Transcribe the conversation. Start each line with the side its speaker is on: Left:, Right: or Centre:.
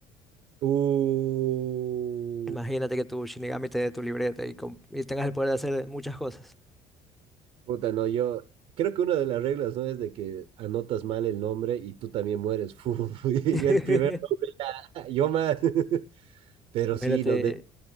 Right: Uh,
Centre: Imagínate que tu Shinigami te dé tu libreta y, com- y tengas el poder de hacer muchas cosas.
Right: puta, no, yo creo que una de las reglas, ¿no? Es de que anotas mal el nombre y tú también mueres. <laughs> Fu, fu, y
Centre: <laughs>
Right: el primero, <laughs> yo más. <laughs> Pero
Centre: Imagínate,
Right: sí, no, de...